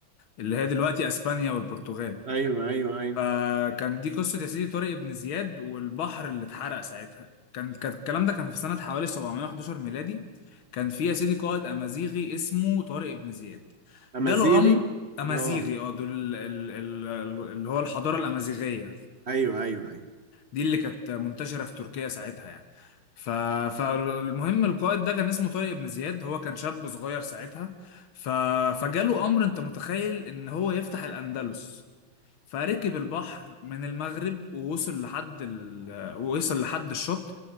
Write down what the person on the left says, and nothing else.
اللي هي دلوقتي أسبانيا والبرتغال
فكان دي قصة يا سيدي طارق بن زياد والبحر اللي اتحرق ساعتها كان كان الكلام ده كان في سنة حوالي 711 ميلادي كان في يا سيدي قائد أمازيغي اسمه طارق بن زياد
جاله أمر أمازيغي
اه دول ال- ال- ال- اللي هو الحضارة الأمازيغية
دي اللي كانت منتشرة في تركيا ساعتها يعني ف... فالمهم القائد ده كان اسمه طارق بن زياد هو كان شاب صغير ساعتها ف... فجاله أمر أنت متخيل إن هو يفتح الأندلس فركب البحر من المغرب ووصل لحد ال... ووصل لحد الشط